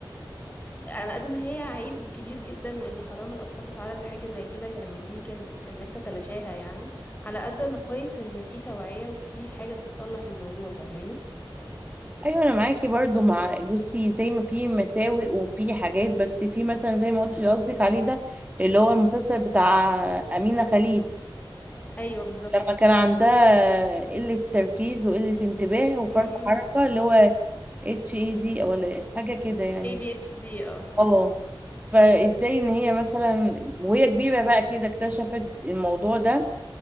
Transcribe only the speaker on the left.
ف- على قد ما هي عيب كبير جدا وان حرام الاطفال تتعرض لحاجه زي كده كان ممكن الناس تتلاشاها يعني على قد ما كويس ان في توعيه وفي حاجه تصلح الموضوع فاهماني
ايوه بالظبط
امم
ADHD اه